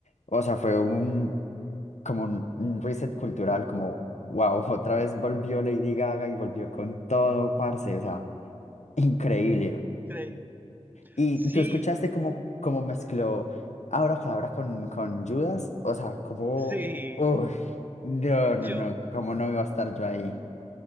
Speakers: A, on the left; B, on the right.
A: O sea, fue un, como un un reset cultural, como, wow, <laughs> otra vez volvió Lady Gaga y volvió con todo, parce, o sea, increíble.
B: Cre-
A: Y
B: Sí,
A: tú escuchaste cómo, cómo mezcló Abracadabra con, con Judas, o sea, como,
B: sí.
A: uy, no, no,
B: Yo,
A: no, cómo no iba a estar yo ahí.